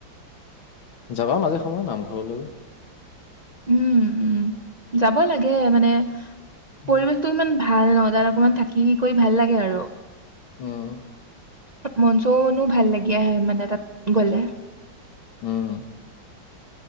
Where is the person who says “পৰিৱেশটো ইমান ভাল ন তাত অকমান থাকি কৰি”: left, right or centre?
Right